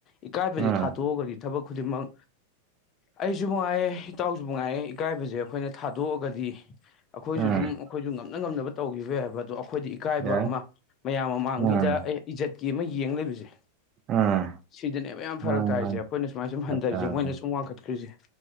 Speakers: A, on the left (about 30°); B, on the right (about 35°).
A: ꯏꯀꯥꯏꯕꯁꯦ
B: ꯑꯥ
A: ꯊꯥꯗꯣꯛꯑꯒꯗꯤ ꯊꯕꯛ ꯈꯨꯗꯤꯡꯃꯛ ꯑꯩꯁꯨ ꯅꯨꯡꯉꯥꯏꯌꯦꯦ ꯏꯇꯥꯎꯁꯨ ꯅꯨꯡꯉꯥꯏꯌꯦꯦ ꯏꯀꯥꯏꯕꯁꯦ ꯑꯩꯈꯣꯏꯅ ꯊꯥꯗꯣꯛꯑꯒꯗꯤ ꯑꯩꯈꯣꯏꯁꯨ
B: ꯑꯥ
A: ꯑꯗꯨꯝ ꯑꯩꯈꯣꯏꯁꯨ ꯉꯝꯅ ꯉꯝꯅꯕ ꯇꯧꯈꯤꯕ ꯌꯥꯏ ꯍꯥꯏꯕ ꯑꯗꯣ ꯑꯩꯈꯣꯏꯗꯤ ꯏꯀꯥꯏꯕ
B: ꯌꯥꯏ
A: ꯑꯃ ꯃꯌꯥꯝ ꯃꯃꯥꯡꯒꯤꯗ
B: ꯑꯥ
A: ꯑꯩ ꯏꯖꯠꯀꯤ ꯑꯃ ꯌꯦꯡ ꯂꯩꯕꯁꯦ
B: ꯑꯥ
A: ꯁꯤꯗꯅꯦꯕ ꯌꯥꯝ
B: ꯃꯥꯅꯤ
A: ꯐꯔꯛ ꯇꯥꯔꯤꯁꯦ
B: ꯃꯥꯅꯤ
A: ꯑꯩꯈꯣꯏꯅ ꯁꯨꯃꯥꯏꯅ ꯁꯨꯝ
B: ꯆꯞ
A: ꯍꯟꯊꯔꯤꯁꯦ
B: ꯆꯥꯕꯁꯦ
A: ꯃꯣꯏꯅ ꯁꯨꯝ ꯋꯥꯡꯈꯠꯈ꯭ꯔꯤꯁꯦ